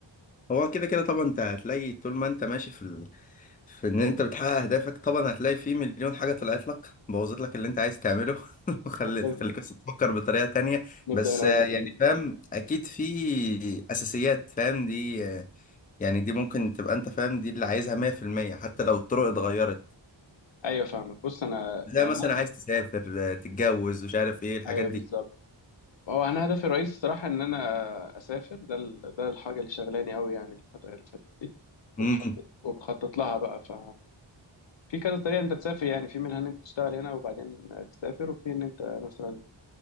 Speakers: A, on the left; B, on the left.
A: هو كده كده طبعا انت هتلاقي طول ما انت ماشي في ال... في ان انت بتحقق اهدافك طبعا هتلاقي في مليون حاجة طلعت لك بوظت لك اللي انت عايز تعمله <laughs> وخلت
B: طب
A: خليك بس تفكر بطريقة تانية
B: نبدا
A: بس
B: من اول
A: آه،
B: وجديد
A: يعني فاهم اكيد في اساسيات فاهم دي آه، يعني دي ممكن تبقى انت فاهم دي اللي عايزها 100% حتى لو الطرق اتغيرت
B: ايوه فاهمك بص انا
A: زي
B: يعني
A: مثلا عايز تسافر آه، تتجوز مش عارف ايه الحاجات
B: ايوه
A: دي
B: بالظبط هو انا هدفي الرئيسي الصراحه ان انا اسافر ده ال... ده الحاجه اللي شغلاني قوي يعني الفتره اللي فاتت دي
A: مم.
B: وبخطط وبخطط لها بقى ف في كذا طريقه انت تسافر يعني في منها ان انت تشتغل هنا وبعدين تسافر وفي ان انت مثلا